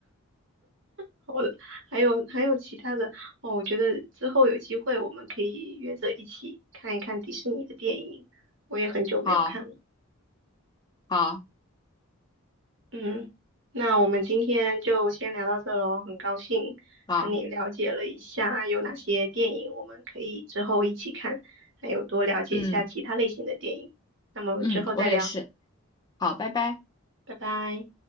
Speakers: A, on the right; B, on the left.
A: 好的，还有还有其他的哦，我觉得之后有机会我们可以约着一起看一看迪士尼的电影，我也很久没有看了。
B: 好。好，
A: 嗯，那我们今天就先聊到这喽。很高兴跟你了解了一下有哪些电影我们可以之后一起看，
B: 好，
A: 还有多了解一下其他类型的电影。
B: 嗯
A: 那么我们之后再聊，
B: 嗯，我也是，好，拜拜。
A: 拜拜。